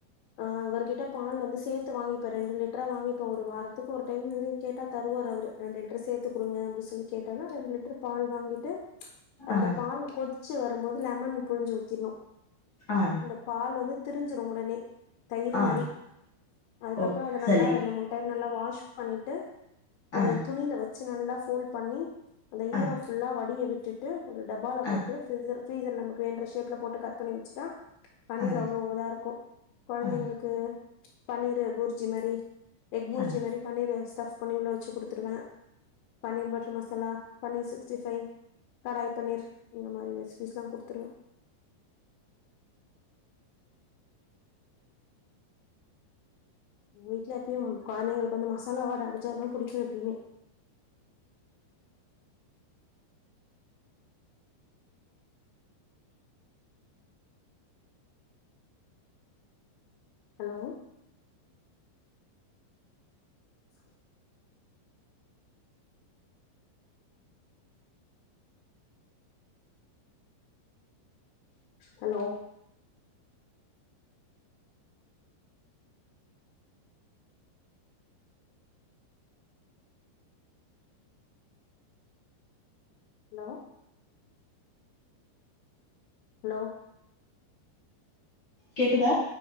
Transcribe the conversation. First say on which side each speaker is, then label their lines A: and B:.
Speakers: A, on the left; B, on the left.
A: ஆஹ் அவர்கிட்ட பால் வந்து சேர்த்து வாங்கிப்பேன் ரெண்டு லிட்டரா வாங்கிப்பேன் ஒரு வாரத்துக்கு ஒரு டைம் வந்து கேட்டா தருவார் அவரு ரெண்டு லிட்டர் சேர்த்து கொடுங்க அப்படின்னு சொல்லி கேட்டா ரெண்டு லிட்டர் பால் வாங்கிட்டு அந்த
B: ஆ
A: பால் கொதி வரும்போது லெமன் புழஞ்ச ஊத்திடணும்
B: ஆ
A: இந்த பால் வந்து திரிஞ்சிடு உடனே தயிர்
B: ஆ
A: மாறி அதுக்கப்புறம்
B: ஓ
A: அது
B: சரி
A: நல்லா ரெண்டு மூ நல்லா வாஷ் பண்ணிட்டு ஒரு
B: ஆ
A: துணியில வச்சு நல்லா ஃபோல்ட் பண்ணி அந்த
B: ஆ
A: ஈரம் ஃபுல்லா வடிய விட்டு விட்டுட்டு ஒரு டப்பால
B: ஆ
A: போட்டு பீரீசர் நமக்கு வேன்ற ஷேப்ல போட்டு கட் பண்ணி வச்சுட்டா பன்னீர்
B: ஆ
A: அவ்ளவு இதான் இருக்கும் குழந்தைங்களுக்கு
B: ஆ
A: பன்னீர் புரிஜி மாறி எக் பூர்ஜி
B: ஆ
A: மாரி பன்னீர் ரஸ் ஸடப் பண்ணி உள்ள வச்சி குடுத்துருவ பன்னீர் பட்டர் மசாலா பன்னீர் சிக்ஸ்டிஃபை கடாய் பன்னீர் இந்த மாரி ரெசிபிஸ்லா குடுத்துருவ வீட்டு்ல எப்பயும் குழந்தைங்களுக்கு வந்து மசாலாவட அடிச்சாலல்லாம் புடிக்கும் எப்பயுமே ஹலோ சரி ஹலோ ஹலோ ஹலோ
B: கேக்குதா